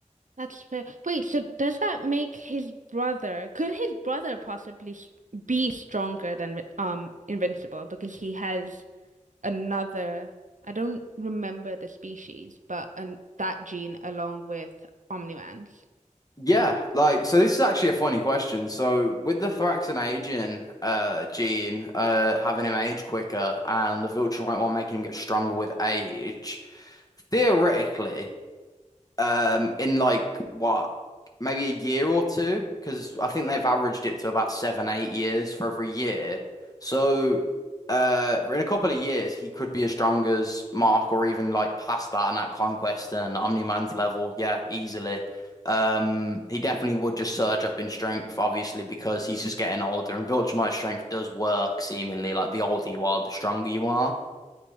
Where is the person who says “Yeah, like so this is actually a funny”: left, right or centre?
Left